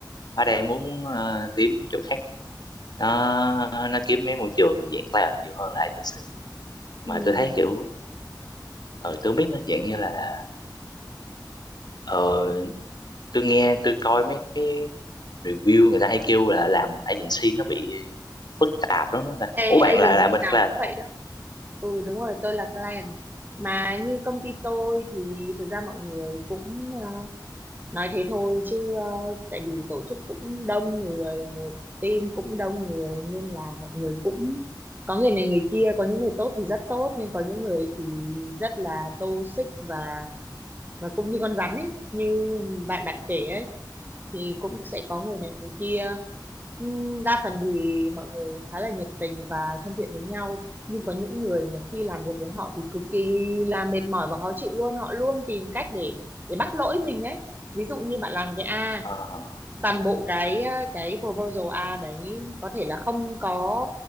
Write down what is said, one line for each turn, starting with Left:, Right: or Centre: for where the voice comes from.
Left: nó đang muốn ờ, kiếm chỗ khác nó nó kiếm mấy môi trường dạng talent nhiều hơn là agency mà
Right: Ừ.
Left: tôi thấy kiểu ờ tôi không biết nó dạng như là ờ tôi nghe tôi coi mấy cái review người ta hay kêu là làm agency nó bị phức tạp lắm đúng không ta
Right: Ê,
Left: ủa
Right: agency
Left: bạn là làm bên
Right: nào
Left: client
Right: cũng
Left: đúng
Right: vậy
Left: không
Right: đó Ừ, đúng rồi, tôi là client. Mà như công ty tôi thì thực ra mọi người cũng ờ, nói thế thôi chứ ờ, tại vì tổ chức cũng đông người một team cũng đông người nên là mọi người cũng có người này người kia có những người tốt thì rất tốt nhưng có những người thì rất là toxic và và cũng như con rắn ấy như bạn bạn kể ấy thì cũng sẽ có người này người kia Ừm, đa phần thì mọi người khá là nhiệt tình và thân thiện với nhau nhưng có những người mà khi làm việc với họ thì cực kỳ là mệt mỏi và khó chịu luôn họ luôn tìm cách để để bắt lỗi mình ấy ví dụ như bạn làm cái A
Left: ờ ờ <laughs>
Right: toàn bộ cái ờ, cái proposal A đấy có thể là không có